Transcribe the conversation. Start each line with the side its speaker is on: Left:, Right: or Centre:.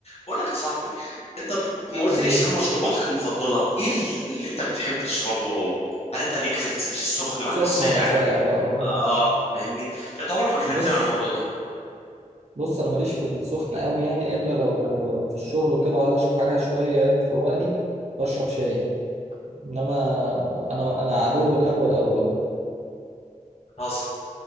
Left: بقول لك يا صاحبي انت بت... ما قلتليش
Right: ايه يا باشا
Left: عن مشروباتك المفضله ايه ال- اللي انت بتحب تشربه او هل انت ليك في في السخن ولا
Right: سخن
Left: الساقع
Right: ولا ساقع بقى
Left: اه فاهمني عشان انت عمرك ما كلمتني
Right: بص
Left: عن الموضوع ده
Right: بص انا ماليش في السخن قوي يعني الا لو في الشغل وكده وعايز اشرب حاجه شويه يعني تفوقني بشرب شاي انما انا انا عدو القهوه الاول
Left: بتهزر